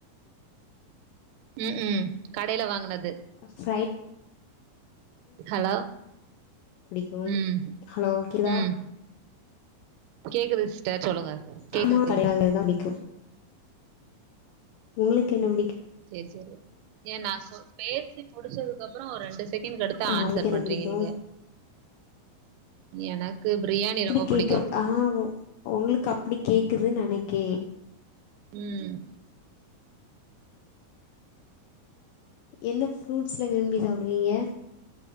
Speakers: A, on the right; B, on the left.
A: ம் ம் கடைல வாங்குனது
B: ஃப்ரை
A: ஹலோ
B: புடிக்கு
A: ம்
B: ஹலோ கேக்குதா
A: ம் கேக்குது சிஸ்ட சொல்லுங்க கேக்குது
B: ஆமா
A: கேக்குது
B: கடைய வாங்கறதுதா புடிக்கு உங்களுக்கு என்ன புடிக்கு
A: சேரி சேரி ஏ நா சொ பேசி முடிச்சதுக்கப்புறோ ஒரு ரெண்டு செகண்ட் கடுத்த
B: ஆ
A: அன்சர்
B: உங்களுக்கு என்ன
A: பண்றீங்க
B: பிடிக்கு
A: நீங்க என கு பிரியாணி
B: அப்டி
A: ரொம்ப
B: கேக்குது
A: புடிக்கு
B: ஆ உங்களுக்கு அப்டி கேக்குதுன்னு நெனக்கே
A: ம்
B: என்ன ஃப்ரூட்ஸ்ல விரும்பி சாப்டுவீங்க